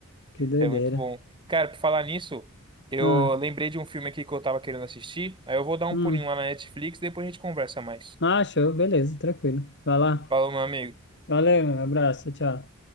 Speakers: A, on the left; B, on the right.
A: Que doideira.
B: É muito bom. Cara, por falar nisso, eu
A: Ah,
B: lembrei de um filme aqui que eu tava querendo assistir. Aí eu vou dar um
A: hum.
B: pulinho lá na Netflix, depois a gente conversa mais.
A: Ah, show, beleza, tranquilo. Vai lá.
B: Falou, meu amigo.
A: Valeu, meu abraço, tchau.